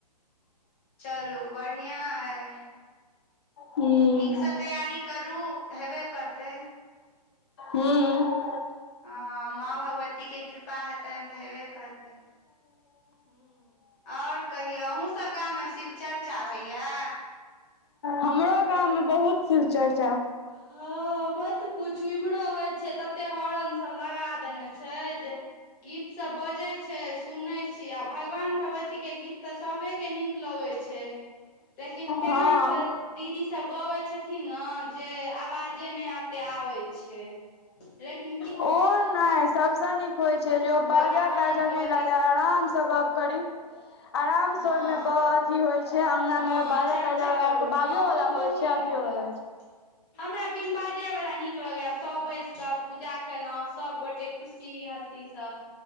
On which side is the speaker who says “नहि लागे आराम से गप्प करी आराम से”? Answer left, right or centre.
Left